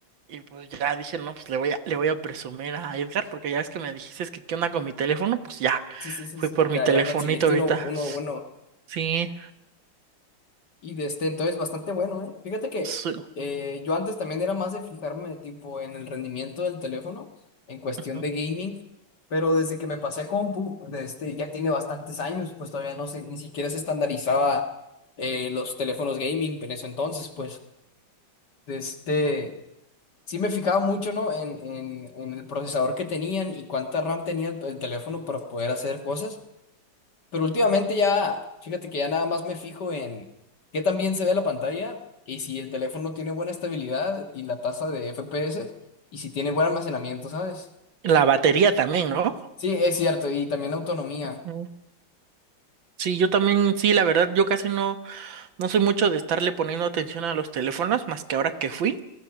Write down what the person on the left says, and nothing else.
Sí, sí, sí,
sí.
Ya,
ya conseguiste
uno, uno bueno.
Y de este, entonces bastante bueno, ¿eh? Fíjate que
eh, yo antes también era más de fijarme tipo en el rendimiento del teléfono en cuestión
de gaming, pero desde que me pasé a compu, de este, ya tiene bastantes años, pues todavía no se, ni siquiera se estandarizaba eh, los teléfonos gaming en ese entonces, pues de este, sí me fijaba mucho, ¿no? En, en, en el procesador que tenían y cuánta RAM tenía el el teléfono para poder hacer cosas. Pero últimamente ya, fíjate que ya nada más me fijo en qué tan bien se ve la pantalla y si el teléfono tiene buena estabilidad y la tasa de FPS y si tiene buen almacenamiento, ¿sabes?
Sí, es cierto, y también la autonomía.